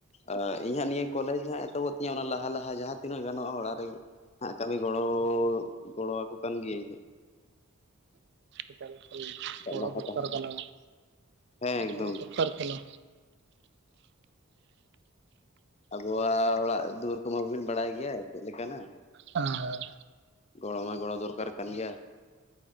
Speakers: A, on the left (about 30°); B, on the right (about 50°).
A: ᱟᱹ ᱤᱧ ᱦᱟᱸᱜ ᱱᱤᱭᱟᱹ ᱠᱚᱞᱮᱡᱽ ᱦᱟᱸᱜ ᱮᱛᱚᱦᱚᱵᱚᱜ ᱛᱤᱧᱟᱹ᱾ ᱚᱱᱟ ᱞᱟᱦᱟ ᱞᱟᱦᱟ ᱡᱟᱦᱟᱸ ᱛᱤᱱᱟᱹᱜ ᱜᱟᱱᱚᱜᱼᱟ ᱚᱲᱟᱜ ᱨᱮᱜᱮ ᱦᱟᱸᱜ ᱠᱟᱹᱢᱤ ᱜᱚᱲᱚ ᱜᱚᱲᱚ ᱟᱠᱠᱚ ᱠᱟᱱ ᱜᱤᱭᱟᱹᱧ ᱦᱟᱸ
B: ᱮᱠᱟᱞ ᱮᱠᱟᱞ ᱜᱚᱲᱚ
A: ᱞᱟᱦᱟ
B: ᱫᱚᱨᱠᱟᱨ
A: ᱛᱟᱦᱮᱸ
B: ᱠᱟᱱᱟ᱾
A: ᱦᱮᱸ ᱮᱠᱫᱚᱢ
B: ᱜᱚᱲᱚ ᱫᱚᱨᱠᱟᱨ
A: ᱜᱮ
B: ᱠᱟᱱᱟ᱾
A: ᱟᱵᱚᱣᱟᱜ ᱚᱲᱟᱜ ᱫᱩᱣᱟᱹᱨ ᱠᱚᱢᱟᱵᱳᱱ ᱵᱟᱲᱟᱭ ᱜᱮᱭᱟ ᱪᱮᱫ ᱞᱮᱠᱟᱱᱟ᱾
B: ᱟᱨ
A: ᱜᱚᱲᱚ ᱢᱟ ᱜᱚᱲᱚ ᱫᱚᱨᱠᱟᱨ ᱠᱟᱱ ᱜᱮᱭᱟ